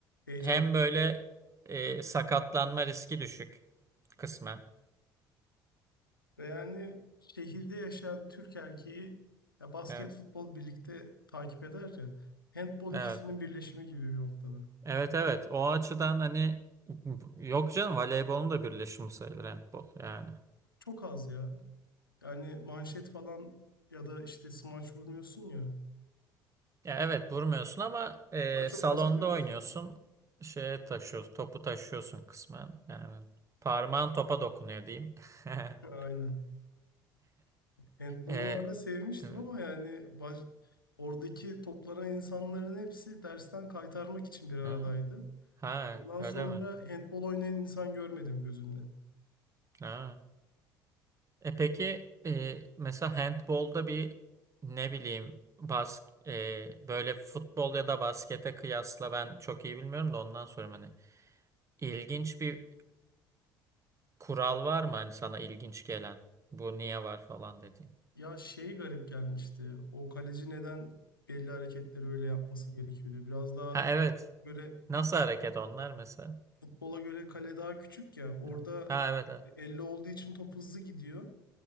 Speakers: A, on the left; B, on the right.
A: Heyecanlı.
B: Hem böyle e, sakatlanma riski düşük kısmen.
A: Ve yani şehirde yaşayan Türk erkeği ya basket,
B: Evet.
A: futbol birlikte takip eder ya. Handbol
B: Evet.
A: ikisinin birleşimi gibi bir noktada.
B: Evet evet. O açıdan hani yok canım voleybolun da birleşimi sayılır handball yani.
A: Çok az ya. Yani manşet falan ya da işte smaç vurmuyorsun ya.
B: Ya evet vurmuyorsun ama e,
A: Daha çok
B: salonda
A: baskete
B: oynuyorsun.
A: benziyor.
B: Şeye taşıyorsun, topu taşıyorsun kısmen. Yani parmağın topa dokunuyor diyeyim. <laughs>
A: <laughs> Aynen. Handbolu
B: E,
A: o ara sevmiştim
B: e,
A: ama yani baş- oradaki toplanan insanların hepsi dersten kaytarmak için bir aradaydı.
B: ha, ha,
A: Ondan
B: öyle
A: sonra
B: mi?
A: handbol oynayan insan görmedim gözümle.
B: Ha. E peki e, mesela handbolda bir ne bileyim bas e, böyle futbol ya da baskete kıyasla ben çok iyi bilmiyorum da ondan sonra hani ilginç bir kural var mı hani sana ilginç gelen? Bu niye var falan dedi.
A: Ya şey garip gelmişti. O kaleci neden belli hareketleri öyle yapması gerekiyordu. Biraz daha
B: Ha evet.
A: böyle
B: Nasıl hareket onlar mesela?
A: futbola göre kale daha küçük ya. Orada
B: Ha ha, evet. evet.
A: elle olduğu için top hızlı gidiyor.